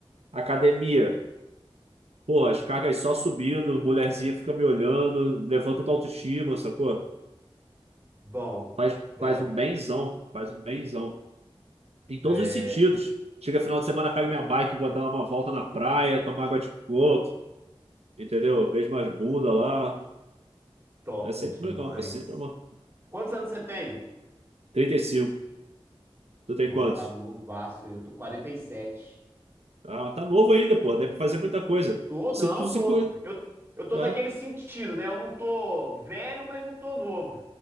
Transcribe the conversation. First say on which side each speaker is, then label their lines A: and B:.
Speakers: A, on the right (about 85°); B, on the right (about 25°).
A: Academia. Pô, as cargas só subindo, mulherzinha fica me olhando, levanta tua autoestima, sacou?
B: Bom,
A: Faz,
B: bom.
A: faz um benzão, faz um benzão. Em todos
B: É
A: os sentidos. Chega final de semana, pego minha bike, vou dar uma volta na praia, tomar água de coco, entendeu? Vejo umas bundas lá.
B: top
A: É sempre
B: demais.
A: legal, é sempre bom.
B: Quantos anos você tem?
A: trinta e cinco tu tem
B: Não,
A: quantos?
B: tá novaço aí. Eu tô quarenta e sete
A: Ah, tá novo ainda, pô, deve fazer muita coisa.
B: Tô,
A: Se
B: não,
A: tu
B: tô.
A: se cuida.
B: tô- Eu, eu tô
A: É,
B: naquele sentido, né? Eu não tô velho, mas não tô novo.